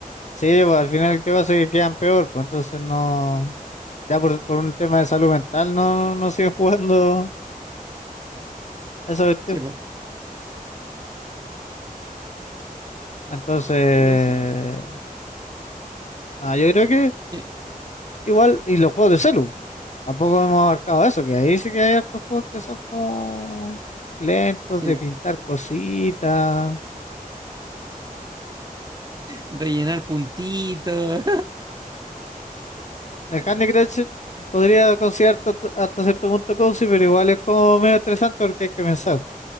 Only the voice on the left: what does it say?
sí, pues, al final, ¿qué pasa? Que quedan peor, pues entonces no, ya por, por un tema de salud mental no, no siguen <laughs> jugando esa cuestión.
Entonces,
ah, yo creo que
igual, y los juegos de celu, tampoco hemos abarcado eso, que ahí sí que hay hartos juegos que son como lentos
de pintar cositas
El Candy Crush podría considerar tot- hasta cierto punto cozy, pero igual es como medio estresante porque hay que pensar.